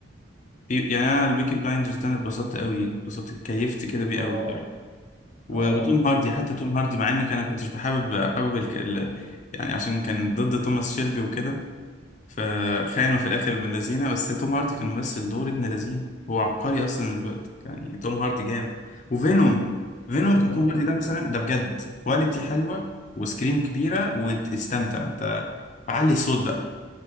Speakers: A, on the left; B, on the right.
A: في يعني انا البيكي بلايندرز ده انا اتبسطت قوي اتبسطت اتكيفت كده بيه
B: اه
A: قوي وتوم
B: اه
A: هاردي حتى
B: بت-
A: توم هاردي مع انك انا كنتش بحابب حابب الك... ال... يعني عشان كان ضد توماس شيلبي وكده فخانوا في الاخر ابن لذينه بس توم هاردي كان ممثل دور ابن لذينه هو عبقري اصلا الوقت يعني توم هاردي جامد وفينوم فينوم
B: هو
A: بتاع
B: توم
A: توم
B: هاردي
A: هاردي ده مثلا ده بجد كواليتي حلوه وسكرين كبيره وتستمتع انت علي الصوت بقى